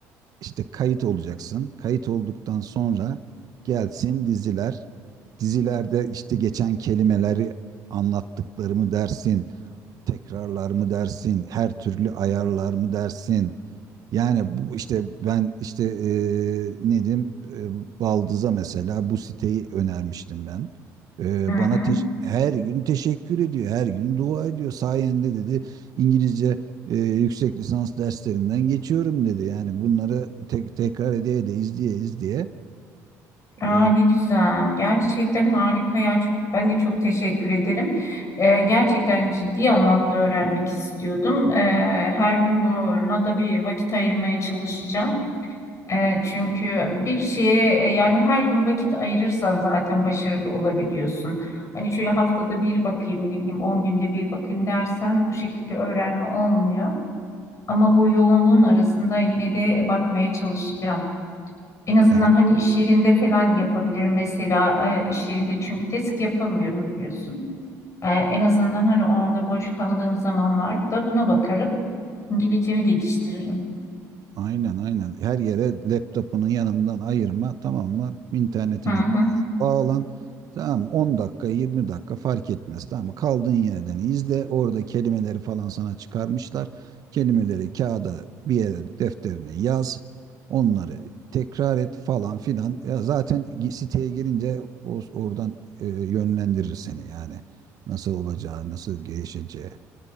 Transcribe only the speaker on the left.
Hı hı.
Aa,
ne güzel. Gerçekten harika ya. Çok, ben de çok teşekkür ederim. E, gerçekten ciddi anlamda öğrenmek istiyordum. E, her gün buna da bir vakit ayırmaya çalışacağım. E, çünkü bir şeye e, yani her gün vakit ayırırsan zaten başarılı olabiliyorsun. Hani şöyle haftada bir bakayım, ne bileyim 10 günde bir bakayım dersen bu şekilde öğrenme olmuyor. Ama bu yoğunluğun arasında yine de bakmaya çalışacağım. En azından
hani iş yerinde falan yapabilirim mesela E, iş yerinde çünkü test yapamıyorum biliyorsun. E, en azından hani orada boş kaldığım zamanlarda buna bakarım. İngilizcemi geliştiririm.
Hı hı.